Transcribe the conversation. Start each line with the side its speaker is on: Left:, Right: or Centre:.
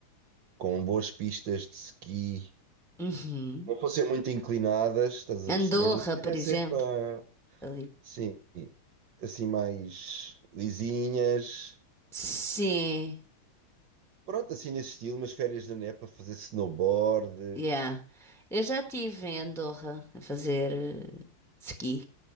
Right: com boas pistas de esqui
Centre: Uhum.
Right: não fossem muito inclinadas, estás
Centre: Andorra,
Right: a perceber? Mas queria
Centre: por exemplo.
Right: ser para,
Centre: Ali.
Right: sim, assim mais lisinhas.
Centre: Sim,
Right: Pronto, assim nesse estilo, umas férias da neve para fazer snowboard.
Centre: yeah. Eu já estive em Andorra a fazer eh, ski